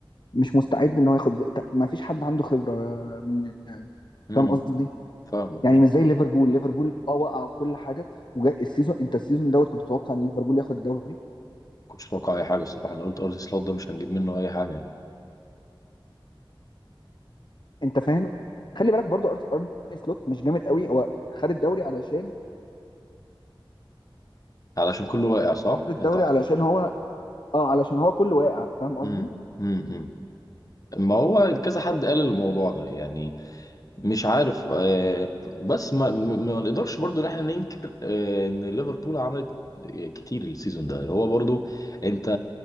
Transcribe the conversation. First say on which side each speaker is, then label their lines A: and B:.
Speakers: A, on the left; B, on the left.
A: مش مستعد ان هو ياخد ما فيش حد عنده خبره يا مو يعني
B: امم
A: فاهم قصدي
B: فاهمك
A: يعني
B: اه
A: مش زي ليفربول ليفربول اه وقع وكل حاجه وجاء السيزون انت السيزون دوت كنت تتوقع ان ليفربول ياخد الدوري
B: كنتش اتوقع اي حاجه الصراحه انا قلت ارضي سلوت ده مش هنجيب منه اي حاجه يعني
A: انت فاهم خلي بالك برضو أرت- ارني سلوت مش جامد قوي هو خد الدوري علشان
B: علشان كله واقع صح
A: خد الدوري
B: انت
A: علشان هو اه علشان هو كله واقع فاهم قصدي
B: امم امم ما هو كذا حد قال الموضوع ده يعني مش عارف آه، بس ما ما ما نقدرش برضو ان احنا ننكر آه، ان ليفربول عملت كتير السيزون ده اللي هو برضو انت